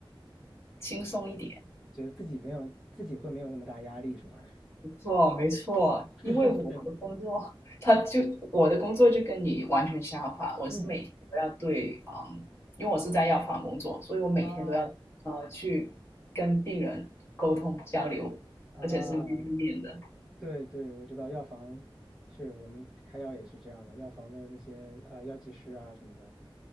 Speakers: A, on the left; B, in the centre.
A: 轻松一点。
B: 觉得自己没有自己会没有那么大压力，是吗？
A: 没错，没错，因为我的工作，
B: <laughs> 对，
A: 他就我的工作就跟你完全相反，我是每天都要对嗯，
B: 嗯，
A: 因为我是在药房工作，所以我每天都要呃去跟病人沟通交流，
B: 啊啊，
A: 而且是面对面的。
B: 对对，我知道药房是我们开药也是这样的，药房的那些啊呃药剂师啊什么的，